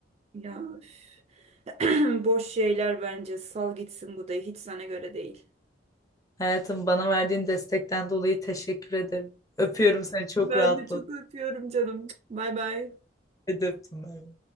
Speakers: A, on the right; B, on the left.
A: Ya üf. <clears throat> boş şeyler bence. Sal gitsin bu da hiç sana göre değil.
B: Hayatım bana verdiğin destekten dolayı teşekkür ederim. Öpüyorum seni çok
A: Ben
B: rahatladım.
A: de çok öpüyorum canım. Bay bay.
B: Hadi öptüm. bay bay.